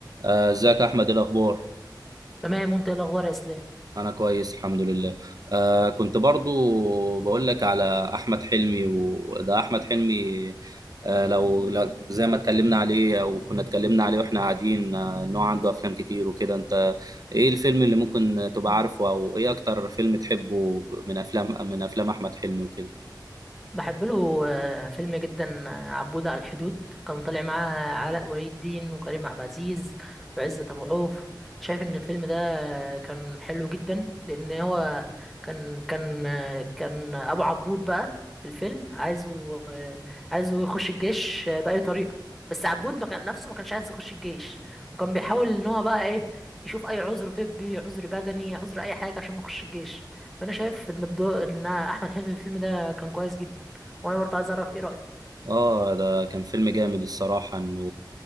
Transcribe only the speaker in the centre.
تمام وانت ايه الاخبار يا اسلام
مم.
بحب له آه، فيلم جدا آه، عبود على الحدود كان طالع معاه علاء ولي الدين وكريم عبد العزيز وعزت ابو عوف شايف ان الفيلم ده كان حلو جدا لان هو كان كان كان ابو عبود بقى في الفيلم عايزه عايزه يخش الجيش باي طريقه بس عبود ما كان نفسه ما كانش عايز يخش الجيش وكان بيحاول ان هو بقى ايه يشوف اي عذر طبي عذر بدني عذر اي حاجه عشان ما يخش الجيش فانا شايف ان الدو... ان احمد حلمي في الفيلم ده كان كويس جدا وانا برضه عايز اعرف ايه رايك